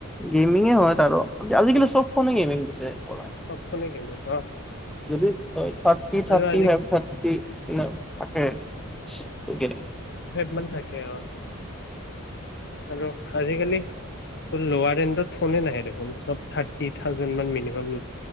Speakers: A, in the centre; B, on the left.
A: গেমিঙে হয় তাৰো আজিকালি চব ফোনে গেমিং দিছে পৰা
B: চবফোনে গেমিং অ
A: যদি তই থাৰ্টি থাৰ্টি
B: আৰু আজি
A: ফাইভ থাৰ্টি মান থাকে দিয়েনে
B: মন থাকে অ' আৰু আজিকালি লৌৱাৰ ৰেণ্ডত ফোনে নাহে দেখোন চব থাৰ্টি থাউজেন মান মিনিমাম